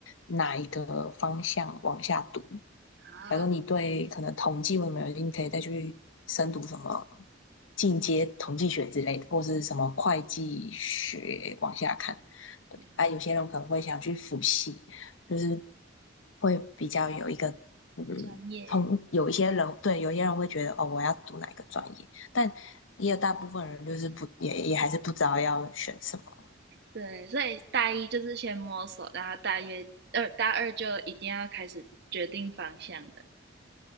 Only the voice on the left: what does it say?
哪一个方向往下读？
假如你对可能统计或什么有兴趣，可以再去深读什么进阶统计学之类的，或是什么会计学往下看。
对，啊，有些人可能会想去辅系，就是会比较有一个嗯，
通有一些人对，有些人会觉得哦，我要读哪一个专业，但也有大部分人就是不也也还是不知道要选什么。